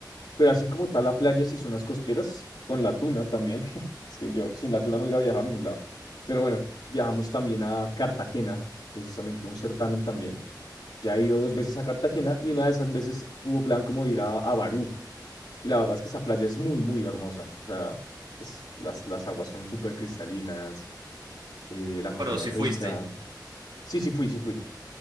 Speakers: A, on the left; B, on the right.
A: Pero así como tal la playa, si son las costeras, con la tuna también. <laughs> Es que yo sin la tuna no hubiera viajado a ningún lado. Pero bueno, viajamos también a Cartagena, precisamente un certamen también. Ya he ido dos veces a Cartagena y una de esas veces hubo plan como de ir a, a Barú. Y la verdad es que esa playa es muy, muy hermosa. O sea, es- las, las aguas son súper cristalinas, eh, la comida
B: Pero si
A: es rica.
B: fuiste.
A: Sí, sí fui, sí fui.